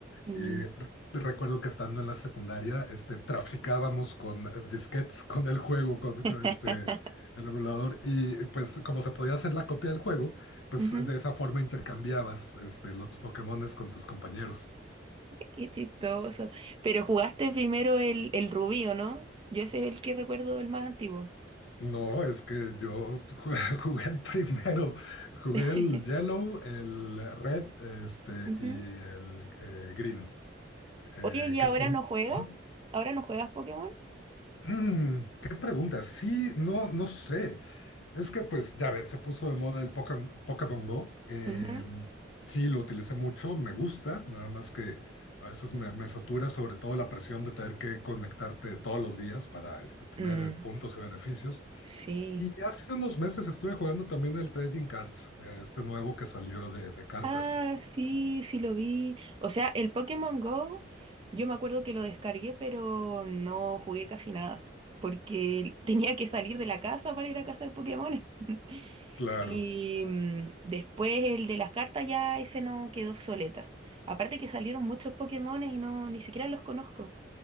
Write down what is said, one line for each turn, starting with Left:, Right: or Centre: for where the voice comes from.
Right: Mm,
Left: Y re- recuerdo que estando en la secundaria, este, traficábamos con disquetes, con el juego, con,
Right: <laughs>
Left: con este, el emulador, y pues como se podía hacer la copia del juego, pues
Right: ujú,
Left: de esa forma intercambiabas, este, los Pokémones con tus compañeros.
Right: Qué chistoso. Pero jugaste primero el, el Rubí, ¿o no? Yo ese es el que recuerdo el más antiguo.
Left: No, es que yo jugué, <laughs> jugué el primero, jugué
Right: <laughs>
Left: el yellow, el red, este,
Right: Ujú.
Left: y el eh, green, eh,
Right: Oye, ¿y
Left: que
Right: ahora
Left: son...
Right: no juegas?
Left: Ajá.
Right: ¿Ahora no juegas Pokémon?
Left: Mm, ¿qué pregunta? Sí, no, no sé. Es que pues ya ves, se puso de moda el poca Pokémon Go. eh,
Right: Ujú.
Left: sí, lo utilicé mucho, me gusta, nada más que a veces me, me satura sobre todo la presión de tener que conectarte todos los días para este, tener
Right: Mm,
Left: eh, puntos y beneficios.
Right: sí.
Left: Y hace unos meses estuve jugando también el Trading Cards, eh, este nuevo que salió de, de cartas.
Right: Ah, sí, sí lo vi. O sea, el Pokémon Go, yo me acuerdo que lo descargué, pero no jugué casi nada, porque tenía que salir de la casa para ir a cazar Pokémon. <laughs>
Left: Claro,
Right: Y mm, después el de las cartas ya ese no quedó obsoleta. Aparte que salieron muchos Pokémones y no ni siquiera los conozco.